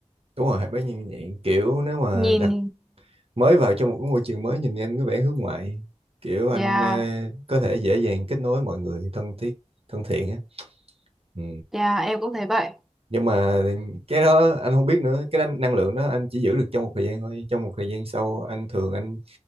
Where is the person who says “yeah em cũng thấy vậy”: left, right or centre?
Centre